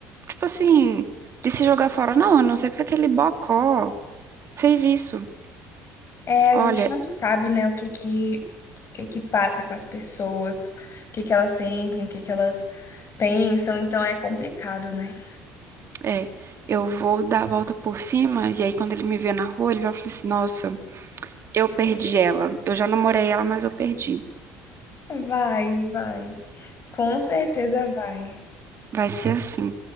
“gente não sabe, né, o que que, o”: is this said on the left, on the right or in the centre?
Left